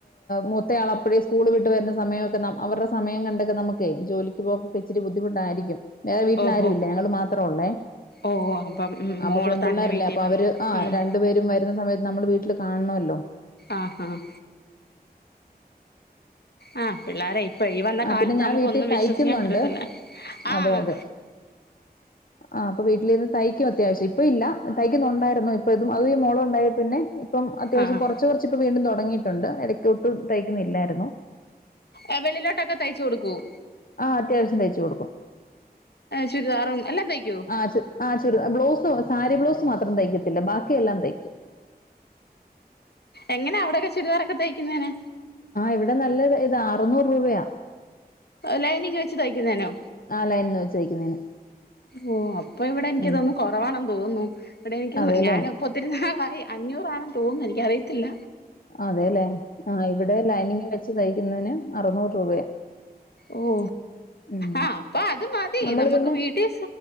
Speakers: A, on the left; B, on the left.
A: മൂത്തയാൾ അപ്പഴേ സ്കൂള് വിട്ട് വരുന്ന സമയമൊക്കെ അവരുടെ സമയം കണ്ടൊക്കെ നമുക്കേ ജോലിക്ക് പോകൊക്കെ ഇച്ചിരി ബുദ്ധിമുട്ടായിരിക്കും വേറെ വീട്ടിൽ
B: ഓഹോ
A: ആരും ഇല്ല ഞങ്ങൾ മാത്രം ഉള്ളേ
B: ഓഹ് അപ്പം
A: അപ്പൊ
B: മോള്
A: പിള്ളേരല്ലേ
B: തന്നെ വീട്ടിൽ
A: അപ്പൊ
B: വന്ന്
A: അവര് ആ
B: ഉം
A: രണ്ടുപേരും വരുന്ന സമയത്ത് നമ്മ നമ്മൾ വീട്ടിൽ കാണണമല്ലോ
B: ആഹ് ആഹ് ആഹ് പിള്ളേരെ ഇപ്പൊ ഈ വന്ന
A: ആഹ്
B: കാലത്ത്
A: പിന്നെ ഞാൻ
B: നമുക്കൊന്നും
A: വീട്ടിൽ തയ്ക്കുന്നുണ്ട്
B: വിശ്വസിക്കാൻ പറ്റത്തില്ല ആഹ്
A: അതെ അതെ ആഹ് അപ്പ വീട്ടിൽ ഇരുന്ന് തയ്ക്കും അത്യാവശ്യം ഇപ്പ ഇല്ല തയ്ക്കുന്നുണ്ടായിരുന്നു ഇപ്പ ഇതും <unintelligible> മോളും ഉണ്ടായെ പിന്നെ ഇ ഇപ്പം അത്യാവശ്യം
B: ആഹ്
A: കൊറച്ച് കൊറച്ച് ഇപ്പം വീണ്ടും തൊടങ്ങീട്ട് ട്ടൊണ്ട് ഇടക്ക് ഒട്ടും തയ്ക്കുന്നില്ലായിരുന്നു
B: ഏഹ് വെളിലോട്ടൊക്കെ തയ്ച്ചു കൊടുക്കുവോ
A: ആ അത്യാവശ്യം തയ്ച്ചു കൊടുക്കും
B: ചുരിദാറും എല്ലാം തയ്ക്കോ
A: ആ ചു ആ ചുരിദാർ ബ്ലൗസു സാരി ബ്ലൗസ് മാത്രം തയ്ക്കത്തില്ല ബാക്കിയെല്ലാം തയ്ക്കും
B: എങ്ങനെ അവിടെക്കെ ചുരിദാറൊക്കെ തയ്ക്കുന്നേന്
A: ഇവിടെ നല്ല ആ അറുന്നൂറ് രൂപയാ
B: ലൈനിങ് വെച്ച് തയ്ക്കുന്നേനോ
A: ആ ലൈനിന്ന് വെച്ച് തയ്ക്കുന്നതിന്
B: ഓ അപ് അപ്പ ഇവിടെ എനിക്ക്
A: ഉം
B: തോനുന്നു കുറവാണ തോനുന്നു ഇവിടെ എനിക്ക്
A: അതേല്ലേ
B: ഞാനിപ്പോ ഒത്തിരിനാളായി അഞ്ഞൂ അഞ്ഞൂറാണെന്ന് തോനുന്നു എനിക്കറിയത് ത്തില്ല
A: അതെ ല്ലെ ആ ഇവിടെ ലൈനിങ് വെച്ച് തയ്ക്കുന്നതിന് അറുനൂറ് രൂപയാ
B: ഓ
A: ഉം
B: ആഹ് അപ്പൊ അത് മതി
A: നമ്മള്
B: നമുക്ക്
A: പിന്നെ
B: വീട്ടിൽ